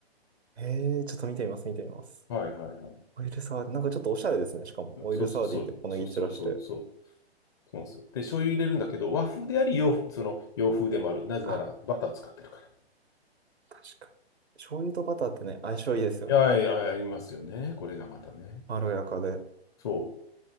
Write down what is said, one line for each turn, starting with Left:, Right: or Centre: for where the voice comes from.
Right: ええちょっと見てみます、見てみます。
Left: はいはい。
Right: オイルサーディン、なんかちょっとおしゃれですね。しかも、オイルサーディンで小ネギ散らして。
Left: そうそうそう、そうそうそう、そう、そうなんですよ。で、醤油入れるんだけど、和風であり洋、その洋風でもある。なぜならバターを使ってるから。
Right: あ、確かに。醤油とバターってね、相性いいですよね。
Left: いやいや、ありますよね。これがまたね。
Right: まろやかで。
Left: そ